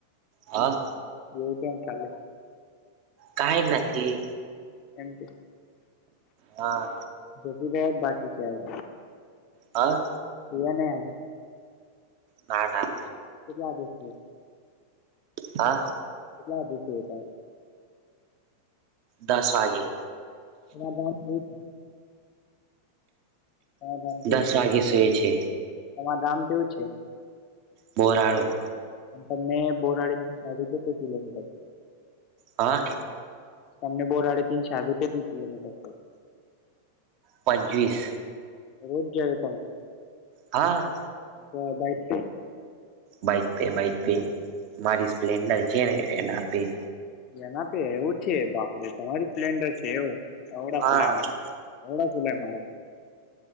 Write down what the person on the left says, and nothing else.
એવ તમ ખાલે.
એમ
જીદદ બાકી છે આજ.
નને આજે.
કેટલા દિવસ છે.
કેટલા દિવસ જો.
એ ગ થ. ધામ કેવું
છે
એમાં ધામ કેવું છે.
અને મેં બોરાડી સાડી છે કિલોમીટર.
તમને બોરાડે થીન સાઢે કેટલી કિલોમીટર પડે.
રોજ જએ ત.
તો બાઇક.
એના તો એવું છે બાપરે તમારું પ્લેન્ડર છે એવુંડા
ફલાયમાં. એડા ફલેમાં.